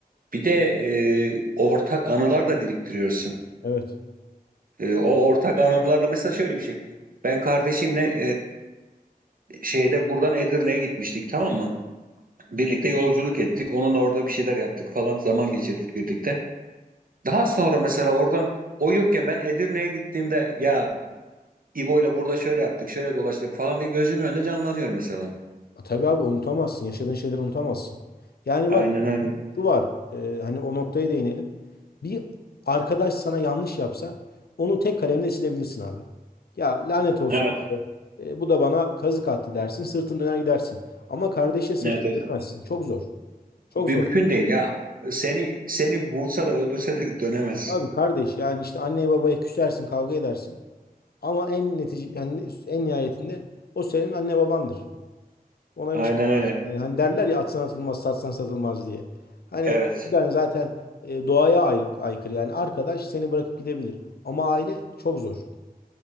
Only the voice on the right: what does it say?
Bir de e, ortak anılar da biriktiriyorsun.
E, o ortak anılar da mesela şöyle bir şey. Ben kardeşimle e, şeyde buradan Edirne'ye gitmiştik tamam mı? Birlikte yolculuk ettik. Onunla orada bir şeyler yaptık falan zaman geçirdik birlikte. Daha sonra mesela oradan o yokken ben Edirne'ye gittiğimde ya İbo'yla burada şöyle yaptık, şöyle dolaştık falan diye gözümün önünde canlanıyor mesela.
Aynen
öyle.
Evet,
evet.
Mümkün
değil ya. Seni seni vursa da öldürse de <laughs> dönemez.
Aynen
öyle.
Evet.